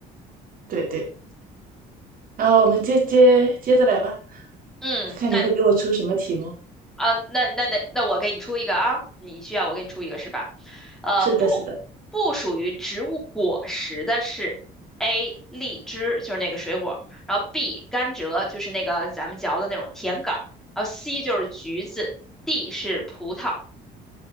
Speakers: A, on the right; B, in the centre.
A: 对对，然后我们接接接着来吧，
B: 嗯，
A: 看看你会给我出什么题目。
B: 那你啊，那那那那我给你出一个啊，你需要我给你出一个是吧？呃，
A: 是的，
B: 不
A: 是的。
B: 不属于植物果实的是 A 荔枝，就是那个水果，然后 B 甘蔗，就是那个咱们嚼的那种甜杆儿，然后 C 就是橘子，D 是葡萄，